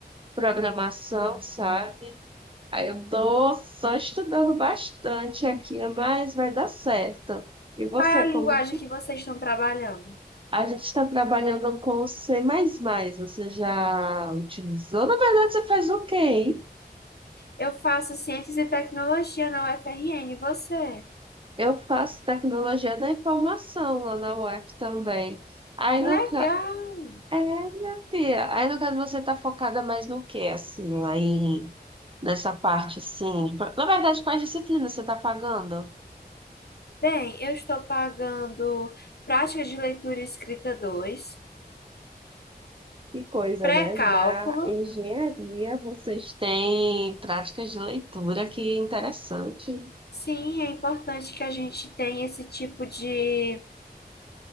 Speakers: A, on the right (about 30°); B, on the left (about 70°).
A: programação, sabe? Aí eu tô só estudando bastante aqui, mas vai dar certo. E você,
B: Qual é a
A: como
B: linguagem que vocês estão trabalhando?
A: a gente está trabalhando com C++, mais mais, você já utilizou? Na verdade, você faz o quê, hein?
B: Eu faço Ciências e Tecnologia na UFRN, e você?
A: Eu faço tecnologia da informação lá na UF também. Aí
B: Que
A: no
B: legal!
A: ca... É, minha filha. Aí no caso você tá focada mais no quê, assim, lá em... nessa parte, assim? Pra- Na verdade, quais disciplinas você tá pagando?
B: Bem, eu estou pagando Prática de Leitura e Escrita 2,
A: Que coisa,
B: pré-cálculo.
A: né? Na engenharia, Vocês têm práticas de leitura, que interessante.
B: Sim, é importante que a gente tenha esse tipo de